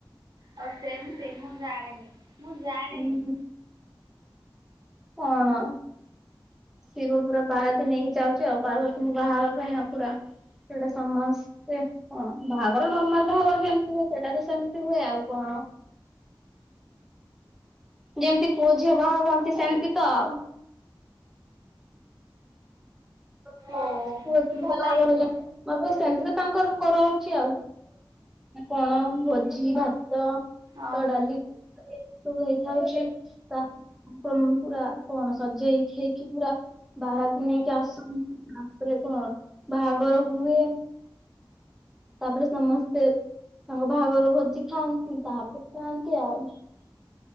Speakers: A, on the right (about 55°); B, in the centre.
A: ହଉ ସେମ ସେମ ମୁଁ ଜାଣିନି। ମୁଁ ଜାଣେନି
B: ଉଁ ହୁଁ। କଣ? ଶିବପୁର ବା ନେଇକି ଯାଉଛି ଆଉ ପାର୍ବତୀଙ୍କୁ ବାହାହବା ପାଇଁ ଆଉ ପୁରା ସେଇଟା ସମସ୍ତେ କଣ ବାହାଘର ନର୍ମାଲ ବାହାଘର ଯେମିତି ହୁଏ ସେଇଟା ବି ସେମତି ହୁଏ ଆଉ କଣ। ଯେମିତି ପୁଅ ଝିଅ ବାହା ହୁହନ୍ତି ସେମିତି
A: ଓହୋ
B: ତ ଆଉ। ପୁଅ
A: ଓହୋ
B: ଝିଅ
A: ଭଲ
B: ବାହାଘର
A: ହେଇଥିବ
B: ଯେମିତି ସେମିତି ତ ତାଙ୍କର। କରାହୋଉଚି ଆଉ ଆ କଣ ଭୋଜି ଭାତ।
A: ଅ
B: ତ
A: ହଉ
B: ଡାଲି <unintelligible> ହେଇଥାଉଛି ତ ତାଙ୍କର ପୁରା କଣ ସଜେଇ ହେଇକି ପୁରା ବାରାତୀ ନେଇକି ଆସ ତାପରେ ତ ବାହାଘର ହୁଏ ତାପରେ ସମସ୍ତେ ତାଙ୍କ ବାହାଘର ଭୋଜି ଖାଆନ୍ତି ତାପରେ ଆନ୍ତି ଆଉ।